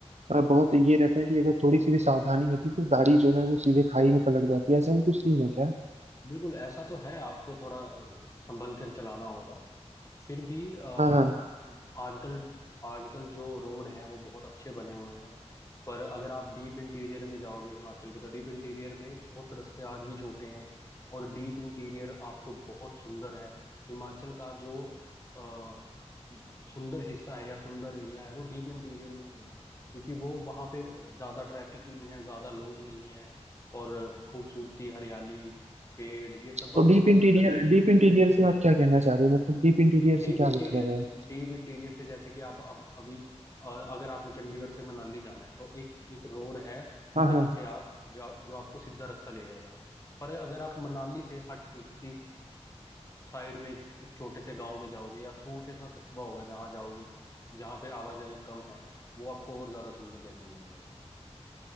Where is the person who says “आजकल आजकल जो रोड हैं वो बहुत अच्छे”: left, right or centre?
Left